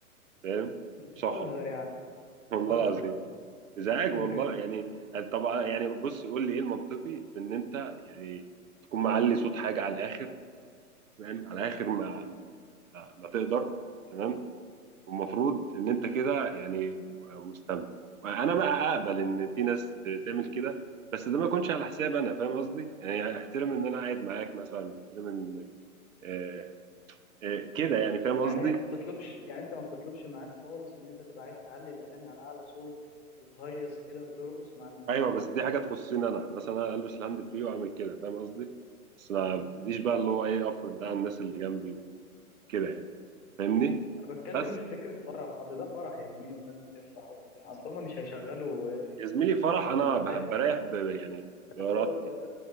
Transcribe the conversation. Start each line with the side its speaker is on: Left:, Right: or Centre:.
Right: فاهم
Left: بتهزر
Right: صخب
Left: يعني بتهزر
Right: والله العظيم إزعاج
Left: <laughs>
Right: والله يعني طبعا يعني بص قول لي إيه المنطقي في إن أنت يعني تكون معلي صوت حاجة على الآخر فاهم على الآخر ما ما ما تقدر تمام والمفروض إن أنت كده يعني مستمتع أنا بقى أقبل إن في ناس ت- تعمل كده بس ده ما يكونش على حساب أنا فاهم قصدي يعني احترم إن أنا قاعد معاك مثلا احترم إن آه، آه، كده يعني فاهم قصدي
Left: يعني هي ما بتطلبش يعني انت ما بتطلبش معاك خالص ان انت تبقى عايز تعلي الاغاني على اعلى صوت وتهيص كده وترقص مع المزيكا
Right: ايوه بس دي حاجه تخصني انا مثلا انا البس الهاند فري واعمل كده فاهم قصدي بس ما ابتديش بقى اللي هو ايه افرض ده على الناس اللي جنبي وكده يعني فاهمني
Left: انا بتكلم
Right: بس
Left: في فكره فرح اصل ده فرح يا زميلي والناس بتفرح وبتاع اصل هما مش هيشغلوا
Right: يا زميلي فرح
Left: لولا
Right: انا بحب بريح ب- يعني بارادتي
Left: لولا لولا